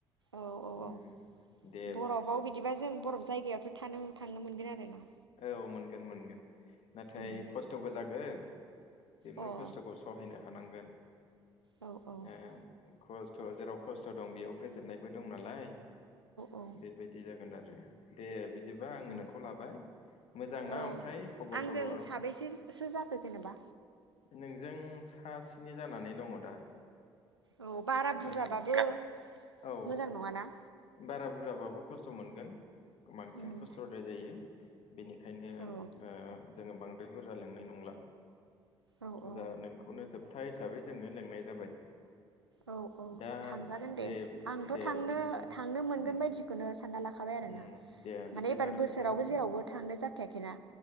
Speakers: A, on the right; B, on the left.
A: औ औ
B: उम
A: औ
B: दे
A: बरफआव बिदिबा जों बरफ जायगायावथ' थानो थांनो मोनगोन आरो। बे।
B: औ मोनगोन मोनगोन नाथाय
A: उम
B: खस्थ'बो जागोन बेफोर
A: अ औ
B: खस्थ'खौ सहायनो हानांगोन।
A: औ औ
B: ए ख। ओ- खस्थ' जेराव खस्थ' दं बेयाव गोजोननायबो दं नालाय।
A: औ
B: बेबायदि जागोन आरो। दे दे। बिदिबा आङो
A: औ
B: नोंखौ लाबाय। मोजां
A: औ
B: ना ओमफ्राय खबर
A: आंजों
B: सबर
A: साबैसेसो जाखो जेनेबा
B: नोंजों। सा स्नि जानानै दङ दा।
A: औ बारा बुरजाबाबो
B: गासै औ
A: मोजां नङाना?
B: बारा बुरजाबाबो खस्थ' मोनगोन। बांसिन
A: उम
B: खस्थ'द्राय जायो। बेनिखायनो
A: औ
B: ओ- जोङो बांद्राय बुरजा लेंनाय नंला।
A: औ औ
B: जा नोंखौनो जोब। सपथा हिसाबै जोङो लेंनाय जाबाय।
A: औ औ
B: दा
A: थांजागोन
B: दे
A: आंथ'
B: दे
A: थांनो
B: बिदिबा।
A: थांनो
B: ओ-
A: मोनगोन बायदिखौनो सानना लाखाबाय आरोना
B: ओम- दे
A: माने
B: बिदिबा
A: एबार
B: नोंखौनो
A: बोसोरावबो
B: लाबाय
A: जेरावबो थांनाय जाखायाखैना